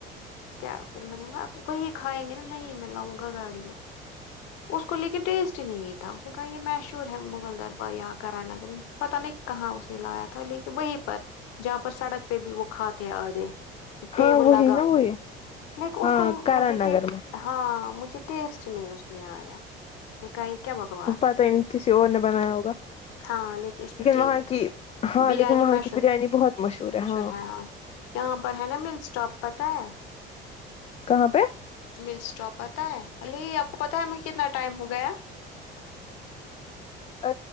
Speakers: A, on the left; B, on the left.
A: کیا پھر میں لوں گا آپ وہی کھائیں گے نا نہیں میں لاؤں گا گاڑی میں اس کو لیکن ٹیسٹ ہی نہیں تھا اس نے کہا یہ مشہور ہے ندر پر یہاں کرائ نگر میں پتا نہیں کہاں اس نے لایا تھا لیکن وہیں پر جہاں پر سڑک پہ بھی وہ کھاتے ہیں آ گے ٹیبل
B: ہاں وہی
A: لگا
B: نا وہی
A: لیک اس
B: ہاں
A: کو
B: کرن
A: مجھے
B: نگر میں
A: ہاں مجھے ٹیسٹ نہیں اس میں آیا نہیں کہ کیا بتاؤں
B: پتا ہی نہیں کسی اور نے بنایا ہوگا
A: ہاں لیکن اس میں کہ
B: وہاں کی ہاں
A: بریانی
B: لیکن وہاں
A: مشہور
B: کی بریانی بہت ہے
A: مشہور
B: ہاں
A: ہےاں یہاں پر ہے نا مل اسٹاپ پتا ہے
B: کہاں پہ
A: مل اسٹاپ پتا ہے الی آپ کو پتا ہے ہم کتنا ٹائم ہو گیا
B: ا